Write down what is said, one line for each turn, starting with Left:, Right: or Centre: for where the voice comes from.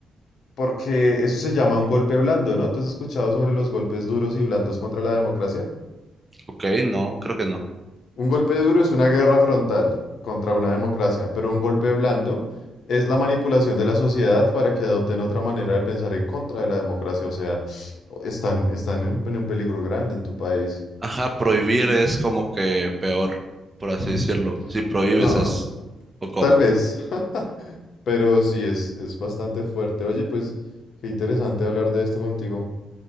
Left: porque eso se llama un golpe blando, ¿no? ¿Tú has escuchado sobre los golpes duros y blandos contra la democracia?
Right: Ok, no, creo que no.
Left: Un golpe duro es una guerra frontal contra una democracia, pero un golpe blando es la manipulación de la sociedad para que adopten otra manera de pensar en contra de la democracia. O sea, <sniffs> están, están en, en un peligro grande en tu país.
Right: Ajá, prohibir es como que peor, por así
Left: Mm,
Right: decirlo. Si prohíbes
Left: No,
Right: es, o cómo.
Left: tal vez, <laughs> pero sí es, es bastante fuerte. Oye, pues qué interesante hablar de esto contigo.